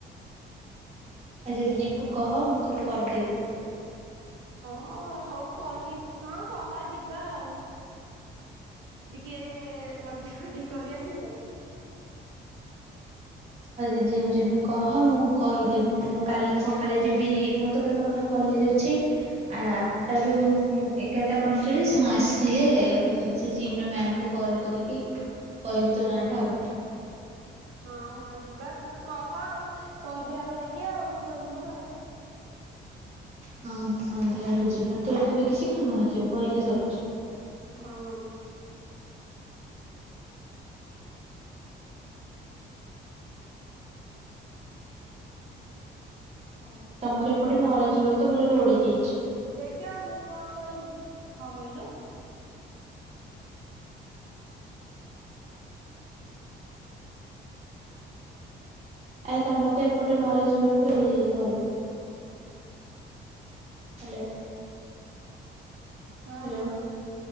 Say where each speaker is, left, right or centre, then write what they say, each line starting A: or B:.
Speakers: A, on the right (about 30°); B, on the right (about 80°).
A: ଆଉ ଯଦି ଯିବୁ କହ ମୁଁ ତୋର କରିଦେବି।
B: ହଁ ହଉ କହିତ୍ ହଁ କହ ଯିବା ଆଉ। ଟିକିଏ ବଟ୍ ବଡି କରିବା କି ନାଇଁ?
A: ଆଜି ଜିମ ଜିବୁ କହ ମୁଁ କହିଦେବି ମୁଁ କାଲି ସକାଳେ ଯିବି ମତ କାଲି ସ ସକାଳେ କଲେଜ ଅଛି ଆ ଟାରୁ ଏଗାରଟା ପଇଁଚାଳିଶ ମୁଁ ଆସିଥିଲି ସେ ଜିମ ର ମ୍ୟାମକୁ କଲ୍ କରିକି କହିବି ତ ନାଁଟା ଆଉ।
B: ହଁ ହଁ ଯିବା ତ କହ ଆଉ ସନ୍ଧ୍ୟା ବେଳେ ଯିବା ଆଉ ତୋର ମୋର।
A: ହଁ ହଁ ସନ୍ଧ୍ୟା ବେଳକୁ ଯିବା ତୋ ତ ଏବେ କିଛି କାମ ନଥିବ ପରୀକ୍ଷା ସରିଛି
B: ହଁ।
A: ହଁ ତମର ଏପଟେ ନରା ଯିବାକୁ ତ ଭଲ ରୋଡ ହେଇଯାଇଛି।
B: କିଆ ମୁଁ କଣ କରିବି କଣ କହିଲୁ?
A: ଆରେ ତମର ତ ଏପଟେ ନରା ଯିବାକୁ ରୋଡ ହୋଇଯାଇଛି ଭଲ। ହ୍ୟାଲୋ।
B: ହଁ
A: ହ୍ୟାଲୋ